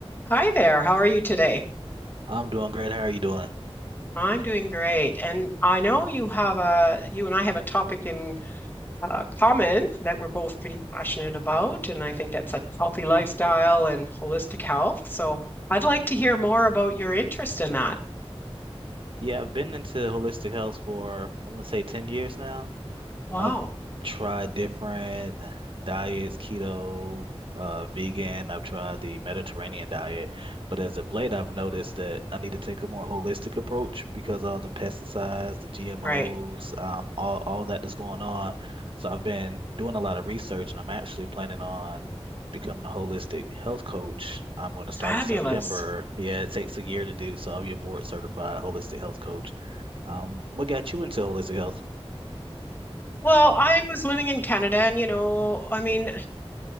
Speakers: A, on the left (about 20°); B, on the right (about 55°).
A: Hi there. How are you today?
B: I'm doing great. How are you doing?
A: I'm doing great. And I know you have a you and I have a topic in uh, common that we're both pretty passionate about, and I think that's like a healthy lifestyle and holistic health. So I'd like to hear more about your interest in that.
B: Yeah, I've been into holistic health for, I'm gonna say 10 years now.
A: Wow.
B: I've tried different diets, keto, uh, vegan. I've tried the Mediterranean diet, but as of late, I've noticed that I need to take a more holistic approach because all the pesticides, the GMOs,
A: Right.
B: um, all all that that's going on. So I've been doing a lot of research, and I'm actually planning on becoming a holistic health coach. I'm going to start
A: Fabulous.
B: in September. Yeah, it takes a year to do, so I'll be a board certified holistic health coach. Um, what got you into holistic health?
A: Well, I was living in Canada and you know, I mean,